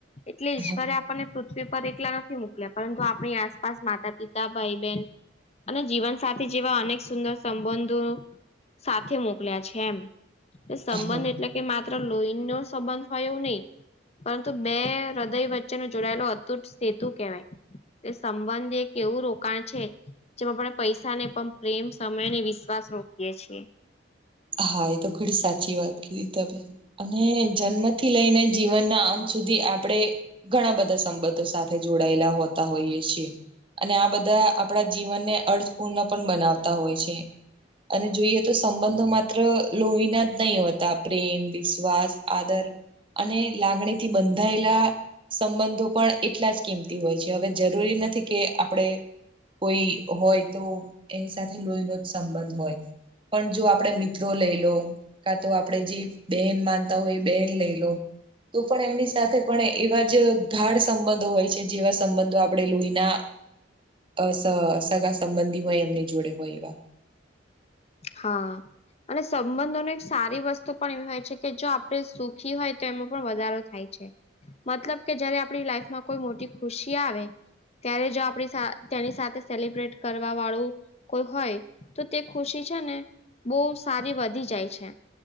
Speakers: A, on the left; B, on the right.
A: એટલે
B: હા
A: ઈશ્વરે આપને પૃથ્વી પર એકલા નથી મોકલ્યા પરંતુ આપણી આસપાસ માતા પિતા ભાઈ બહેન અને જીવન સાથે જેવા અનેક સુંદર સંબંધો સાથે મોકલ્યા છે એમ સંબંધ
B: હા.
A: એટલે કે માત્ર લોહી નો સંબંધ હોય એવું નહીં. પરંતુ બે હૃદય વચ્ચેનો જોડાયેલો અતુટ સેતુ કહેવાય. તે સંબંધ એક એવું રોકાણ છે. જેમાં આપણે પૈસા ને પણ પ્રેમ સમય અને વિશ્વાસ રોકીએ છીએ.
B: હા એ તો ઘડી સાચી વાત કીધી તમે અને જન્મથી લઈને જીવનના અંત સુધી આપણે ઘણા બધા સંબંધો સાથે જોડાયેલા હોતા હોઈએ છીએ. અને આ બધા આપણા જીવનને અર્થપૂર્ણ પણ બનાવતા હોય છે. અને જોઈએ તો સંબંધોમાં મા લોહીના જ નહી હોતા પ્રેમ વિશ્વાસ આદર અને લાગણી થી બંધાયેલા. સંબંધો પણ એટલા જ કિંમતી હોય છે હવે જરૂરી નથી કે આપણે કોઈ હોય તો એની સાથે લોહીનો જ સંબંધ હોય પણ જો આપણેે મિત્રો. લઈ લો કા તો આપણે જે બેન માનતા હોય એ બેન લઈ લો તો પણ એમની સાથે પણ એવા જ ગાઢ સંબંધો હોય છે જેવા સંબંધો આપણે લોહીના. અ સગા સંબંધીમાંય એમને જોડે હોય એવા.
A: હા. અને સંબંધો ન એક સારી વસ્તુ પણ એવી હોય છે કે જો આપણે સુખી હોય તો એમાં પણ વધારો થાય. મતલબ કે જયારે આપડી લાઈફમાં કોઈ મોટી ખુશી આવે ત્યારે જો આપણી તેની સાથે સેલિબ્રેટ કરવા વાળું. કોઈ હોય તો તે ખુશી છે ને બહુ સારી વધી જાય છે.